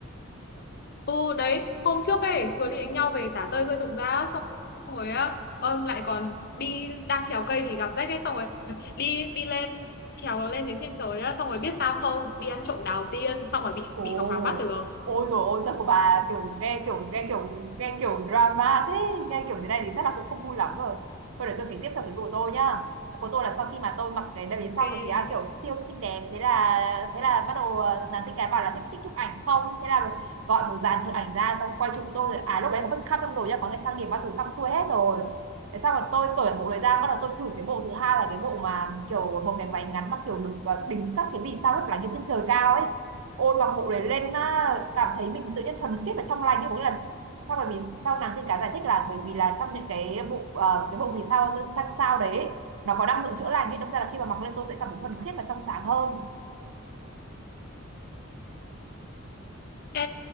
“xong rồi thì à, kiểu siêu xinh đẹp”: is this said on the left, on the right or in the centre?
Right